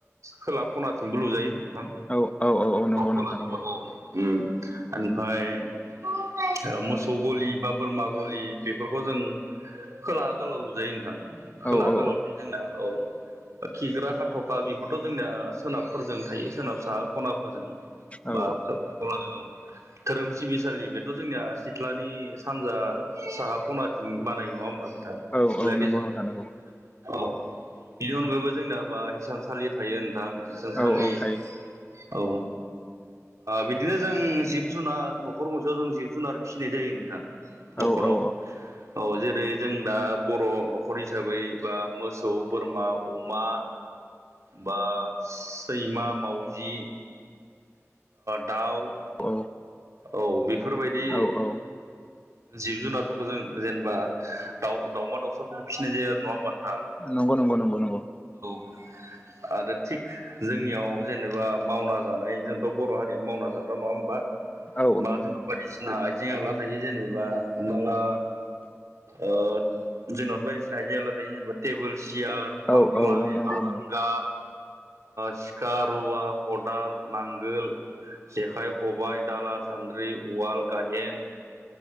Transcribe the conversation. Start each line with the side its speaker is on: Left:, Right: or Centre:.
Right: खोला खनाथिंबो लुजायो नोंथां।
Left: औ औ औ औ नंगौ
Right: अखौ
Left: नोंथां
Right: लाजोबबाय
Left: नंगौ
Right: औ ओमफ्राय। मोसौ गलि बा बोरमा गलि बेफोरखौ जों। खोला गोलाव लुजायो नोंथां खोलाहा
Left: औ औ
Right: गोलाव थायो जोंना औ। खिग्रा खााथ'खा बेखौथ' जोंनिया सोनाबफोरजों थायो सोनाब साहा खनाफोरजों। बा
Left: औ
Right: खलानांगौ। धोरोम सिबिसालि बेथ' जोंनिया सिथ्लानि सानजा साहा खनाथिं बानाय नङा होमबानो।
Left: औ
Right: सिथ्लााया
Left: औ
Right: गेजेराव
Left: नंगौ नोंथां नंगौ
Right: औ। बिनि अनगायैबो जोंनााबा हिसानसालि थायो नोंथां हिसानसालि।
Left: औ औ थायो
Right: औ। बिदिनो जों जिब जुनार न'खर गंसेयाव जों जिब जुनार फिसिनाय जायो नोंथां। न'खराव।
Left: औ औ
Right: औ जेरै जों दा बर' न'खर हिसाबै बा मोसौ बोरमा अमा। बा सैमा मावजि। दाउ।
Left: औ
Right: औ बेफोरबायदि।
Left: औ औ
Right: जिब जुनारफोरखौ जों जेनेबा दाउ दाउमा दाउसाफोरखौ फिसिनाय जायो आरो नङा ह होनोमब्ला।
Left: नंगौ नंगौ नंगौ नंगौ।
Right: <inaudible> आरो थिग जोंनियाव जेनेबा मावना जानाय जोंथ' बर' हारिया मावना जाग्रा नङा होमबा?
Left: औ
Right: बा जेन' बायदिसिना आइजें आला थायो। जेनेबा हमनाला ओ जो जोनत बायदिसिना आयजें आयला थायो जेनेबा तेबोल सियार
Left: औ
Right: हामफ्लाय
Left: औ नंगौ
Right: आरांगा
Left: नंगौ नंगौ
Right: सिखा रुवा खदाल नांगोल जेखाइ खबाय। दाला सान्द्रि उवाल गाहेन